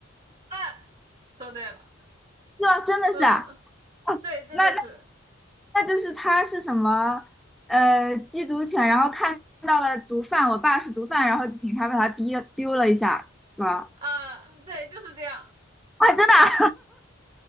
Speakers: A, on the right; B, in the centre.
A: 啊，说对了，
B: 是吗？真的是啊？
A: 嗯，对，真的是
B: 那那那就是它是什么？呃，缉毒犬，然后看到了毒贩，我爸是毒贩，然后就警察把他逼丢了一下，死了。
A: 啊，对，就是这样，
B: 啊，真的啊